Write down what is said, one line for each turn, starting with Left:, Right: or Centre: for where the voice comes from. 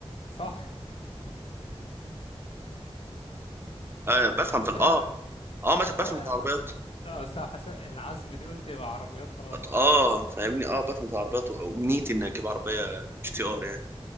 Left: صح
Right: آه بفهم
Left: متابع
Right: في ال- اه اه ما
Left: أه
Right: بفهم
Left: يعني
Right: في العربيات
Left: قصدي حس... العزم دي قلت يبقى عربيات خلاص
Right: اه فاهمني اه بفهم في العربيات وامنيتي اني اجيب عربية جي تي ار يعني